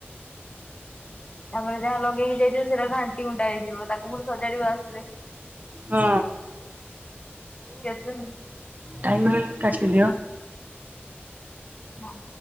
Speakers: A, on the left; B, on the right.
A: ତାପରେ ଯାହା ଲଗେଇକି ଯାଇଥିବ ସେଟା ଘାଣ୍ଟି ଗୁଣ୍ଟା ହେଇଥିବ ତାକୁ ପୁଣି ସଜାଡିବ ଆସିଲେ।
B: ହୁଁ।
A: କେତେ
B: ଟାଇମ କାଟିଦିଅ।
A: ହଁ।